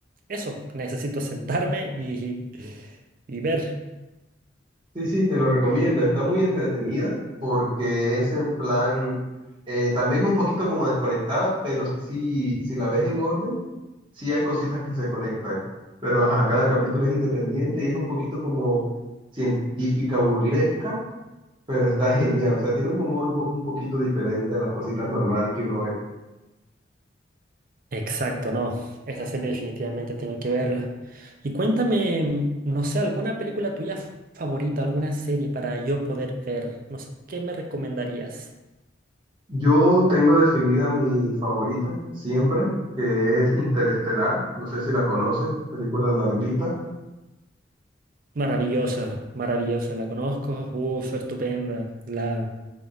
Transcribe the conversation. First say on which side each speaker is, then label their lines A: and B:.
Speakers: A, on the right (about 50°); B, on the right (about 25°).
A: eso. Necesito sentarme y, <laughs> y ver.
B: Sí, sí, te lo recomiendo. Está muy entretenida porque es en plan, eh, también un poquito como desconectada, pero sí, si la ves en orden, sí hay cositas que se conectan. Pero ajá, cada capítulo es independiente y es un poquito como científica burlesca, pero está genial. O sea, tiene un humor un poco, un poquito diferente a las cositas normales que uno ve.
A: Exacto, no. Esa serie definitivamente tengo que verla. Y cuéntame, em, no sé, alguna película tuya f- favorita, alguna serie para yo poder ver. No sé, ¿qué me recomendarías?
B: Yo tengo definida mi favorita siempre, que es Interestelar. No sé si la conoces, película larguita
A: Maravillosa, maravillosa, la conozco. Uf, estupenda. La